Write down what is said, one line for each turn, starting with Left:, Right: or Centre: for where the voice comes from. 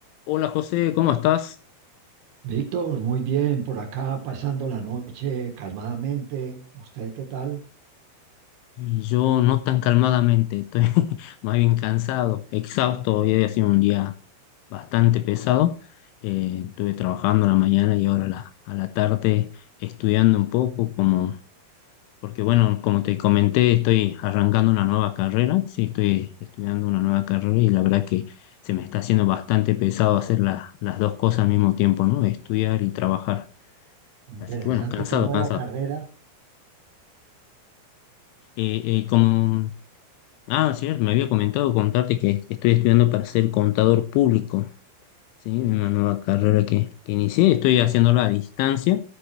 Left: Hola José, ¿cómo estás?
Right: Víctor, muy bien, por acá pasando la noche calmadamente. ¿Usted qué tal?
Left: Y yo no tan calmadamente, estoy <laughs> más bien cansado, exhausto, hoy ha sido un día bastante pesado. Eh, estuve trabajando a la mañana y ahora a la, a la tarde estudiando un poco, como, porque bueno, como te comenté, estoy arrancando una nueva carrera, sí, estoy estudiando una nueva carrera y la verdad que se me está haciendo bastante pesado hacer la- las dos cosas al mismo tiempo, ¿no? Estudiar y trabajar.
Right: Interesante,
Left: Así que bueno, cansado,
Right: qué nueva
Left: cansado.
Right: carrera.
Left: Eh, eh, como Ah, cierto, me había comentado contarte que estoy estudiando para ser contador público, ¿sí? Una nueva carrera que, que inicié, estoy haciéndola a distancia,